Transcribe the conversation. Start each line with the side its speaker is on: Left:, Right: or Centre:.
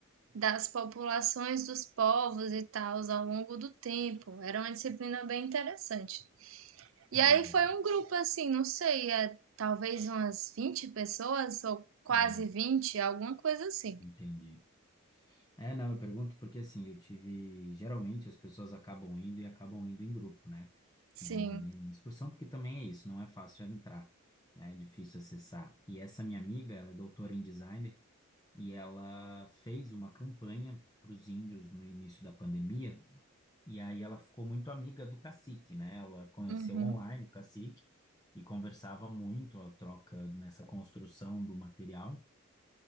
Right: das populações dos povos e tal ao longo do tempo. Era uma disciplina bem interessante. E
Left: Olha,
Right: aí foi um grupo assim, não sei, é, talvez umas vinte pessoas ou quase
Left: hum,
Right: vinte alguma coisa assim.
Left: entendi. É, não, eu pergunto porque assim, eu tive. Geralmente as pessoas acabam indo e acabam indo em grupo, né?
Right: Sim.
Left: Vão ali numa excursão, porque também é isso, não é fácil entrar, né? É difícil acessar. E essa minha amiga, ela é doutora em designer e ela fez uma campanha para os índios no início da pandemia, e aí ela ficou muito amiga do cacique, né? Ela conheceu
Right: Uhum.
Left: online o cacique e conversava muito a troca nessa construção do material.